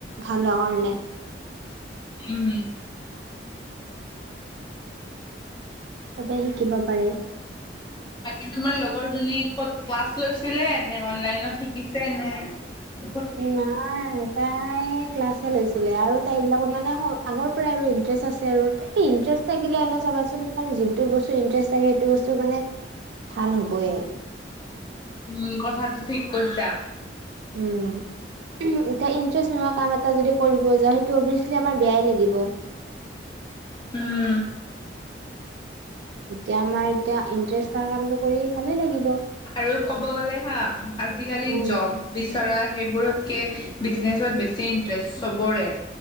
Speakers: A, on the right; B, on the left.
A: ভাল হোৱা কাৰণে-
B: উম
A: চবেই শিকিব পাৰে।
B: বাকী তোমাৰ লগৰ জনী ক'ত ক্লাছ লৈছিলে নে অনলাইনত শিকিছে নে। উ
A: নাই তাই ক্লাছ লৈছিলে আৰু তাইৰ এইবিলাক মানে। আগৰ পৰাই আৰু ইন্টাৰেষ্ট আছে। ইটাৰেষ্ট লাগিলে চাবাচোন তোমাৰ যোনটো বস্তু ইণ্টাৰেষ্ট লাগে সেইটো বস্তু মানে। ভাল হ'বই-
B: উম কথাতটো ঠিক কৈছা।
A: উম এতিয়া ইন্টাৰেষ্ট নোহোৱা কাম এটা যদি কৰিব যা সেইটো অবিচ- কি আমাৰ বেয়াই লাগিব।
B: উম
A: এতিয়া আমাৰ এতিয়া। ইন্টাৰেষ্ট থকা কামটো কৰি ভালে লাগিব
B: আৰু কব গলে হা আজিকালি
A: উম,
B: জব। বিচৰা সেইবোৰতকে বিজনেচত বেছি ইন্টাৰেষ্ট চবৰে।